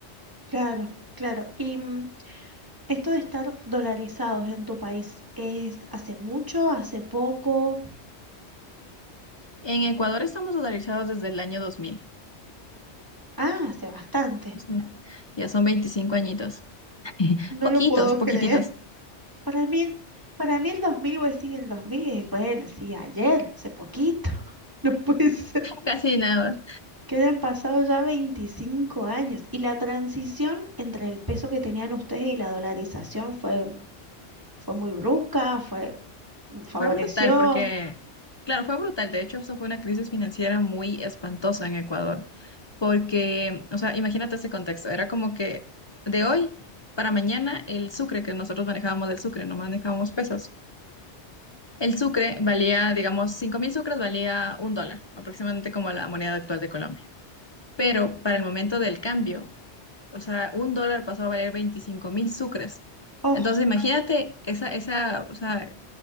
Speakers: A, on the right (about 15°); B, on the left (about 30°).
A: Claro, claro. Y mm, esto de estar dolarizados en tu país, ¿es hace mucho, hace poco?
B: En Ecuador estamos dolarizados desde el año 2000.
A: Ah, hace bastante.
B: O sea, ya son 25 añitos. <laughs>
A: No
B: Poquitos,
A: lo puedo
B: poquititos,
A: creer. <laughs> Para mí, para mí el 2000 vos decís el 2000, y bueno, sí, ayer, hace poquito. <laughs> No puede ser.
B: casi nada.
A: Que hayan pasado ya 25 años. Y la transición entre el peso que tenían ustedes y la dolarización fue fue muy brusca, fue, favoreció.
B: Fue brutal porque, claro, fue brutal. De hecho, eso fue una crisis financiera muy espantosa en Ecuador, porque, o sea, imagínate ese contexto. Era como que de hoy para mañana el sucre que nosotros manejábamos del sucre, no manejábamos pesos. El sucre valía, digamos, cinco mil sucres valía un dólar, aproximadamente como la moneda actual de Colombia. Pero para el momento del cambio, o sea, un dólar pasó a valer veinticinco mil sucres.
A: Oh,
B: Entonces, imagínate esa, esa, o sea,